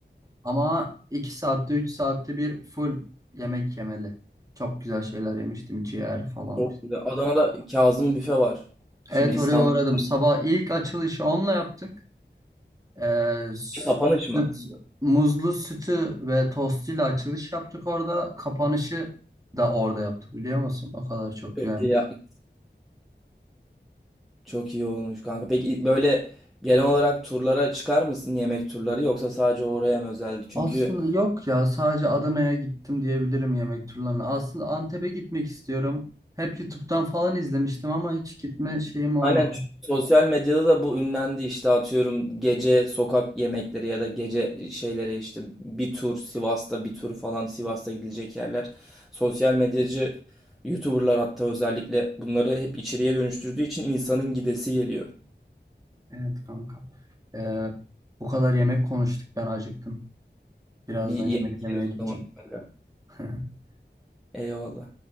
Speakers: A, on the right; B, in the centre.
A: Ama 2 saatte 3 saatte bir full yemek yemeli. Çok güzel şeyler yemiştim ciğer falan.
B: çok güzel. Adana'da Kazım Büfe var. Şimdi
A: Evet
B: İstanbul'da
A: oraya uğradım. Sabah ilk açılışı onunla yaptık. Ee,
B: kapanış mı?
A: süt, muzlu sütü ve tostuyla açılış yaptık orada. Kapanışı da orada yaptık biliyor musun? O kadar çok
B: Çok
A: güvenmiş.
B: iyi yapmış. Çok iyi olmuş kanka. Peki böyle genel olarak turlara çıkar mısın yemek turları yoksa sadece oraya mı özeldi? Çünkü
A: Aslında yok ya sadece Adana'ya gittim diyebilirim yemek turlarına. Aslında Antep'e gitmek istiyorum. Hep YouTube'dan falan izlemiştim ama hiç gitme şeyim olmadı.
B: Aynen çünkü sosyal medyada da bu ünlendi işte atıyorum gece sokak yemekleri ya da gece şeyleri işte bir tur Sivas'ta bir tur falan Sivas'ta gidilecek yerler. Sosyal medyacı YouTuber'lar hatta özellikle bunları hep içeriye dönüştürdüğü için insanın gidesi geliyor.
A: Evet kanka. Ee, bu kadar yemek konuştuk ben acıktım. Birazdan
B: Bir yemek
A: yemek yemeye
B: yeriz
A: geçeyim.
B: o zaman kanka.
A: <laughs>
B: Eyvallah.